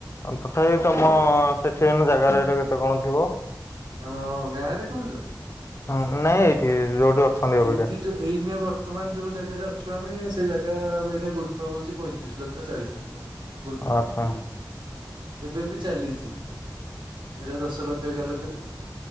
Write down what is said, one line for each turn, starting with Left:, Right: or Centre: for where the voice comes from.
Left: ତଥାପି ତମ ସେଠି ଏଇନେସଜାଗା ରେଟ୍ କେତେ କଣ ଥିବ?
Right: ଆମ ଗାଁ ରେ କହୁଚୁ?
Left: ହୁଁ, ନାଇଁ ଏଇଠି ଯୋଉଠି ଅଛନ୍ତି
Right: ଏଇଠି
Left: ଅବିକା।
Right: ଯୋଉ ଏଇନେ ବର୍ତ୍ତମାନ ଯୋଉ ଜାଗାରେ ଅଛୁ ଆମେ ସେଇ ଜାଗା ଆଉ ଏଇନେ ଗୁଣ୍ଠ ହଉଚି ପଇଁତିରିଶ ଲକ୍ଷ, ଚାଳିଶ ଲକ୍ଷ। ଗୁଣ୍ଠ
Left: ଅହଃ।
Right: ଏବେ ବି ଚାଲିଛି। ଏରା ଦଶ ଲକ୍ଷ, ଏଗାର ଲକ୍ଷରେ